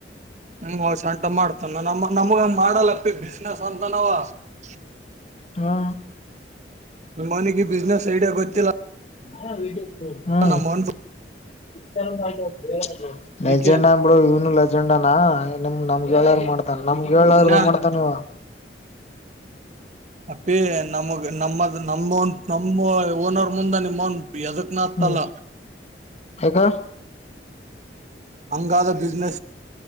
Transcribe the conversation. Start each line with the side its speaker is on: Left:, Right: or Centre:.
Right: ಹ್ಮ ವಷ ಉಂಟ ಮಾಡ್ತಾನ ನಮ್ಮ ನಮ್ಗ ಮಾಡಲ್ಲಪ್ಪಿ ಬಿಸ್ನೆಸ್ ಅಂತನಾವ ಕೆ
Left: ಹಾ
Right: ನಿಮ್ಮ ಮನೆಗೆ ಬಿಸ್ನೆಸ್ ಐಡಿಯಾ ಗೊತ್ತಿಲ್ಲ
Left: ಹಾ ವಟ <inaudible> ಹಾ
Right: ನಮ್ಮನ್
Left: ಇಷ್ಟರಂದುು <inaudible>
Right: ಅದಕ್ಕೆ
Left: ಲಜೆಂಡಾ ಅ ಬಿಡ ಇವ್ನು ಲಜೆಂಡಾನಮ್ ನಮ <unintelligible> ವೇಳಾರ ಮಾಡ ನಮ್ಗೆ ಹೇಳಾರದು
Right: ಇನ್ನ
Left: ಮಾಡ್ತಾನವ
Right: ಅಪೇ ನಮಗ್ ನಮ್ಮದು ನಮ್ಮ ಒ ನಮ ಓನ್ ಅವರ್ ಮುಂದಾನ ಮನ್ ಯದಕ್ಕೆ ನ
Left: ಹ್ಮ್
Right: ತಲ್ಲ
Left: ಯಾಕ
Right: ಹಂಗಾದ ದಿಸ ನ